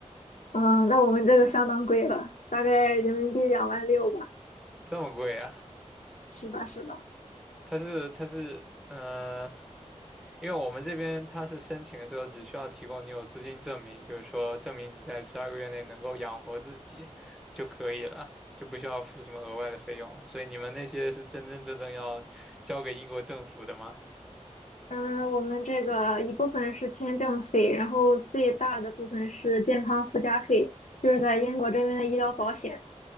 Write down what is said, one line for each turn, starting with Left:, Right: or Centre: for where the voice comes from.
Left: 嗯，那我们这个相当贵了，大概人民币两万六吧。
Centre: 这么贵啊
Left: 是的，是的。
Centre: 它是它是呃，因为我们这边它是申请的时候只需要提供你有资金证明，就是说证明你在十二个月内能够养活自己就可以了，就不需要付什么额外的费用了所以你们那些是真真正正要交给英国政府的吗？
Left: 嗯，我们这个一部分是签证费，然后最大的部分是健康附加费，就是在英国这边的医疗保险。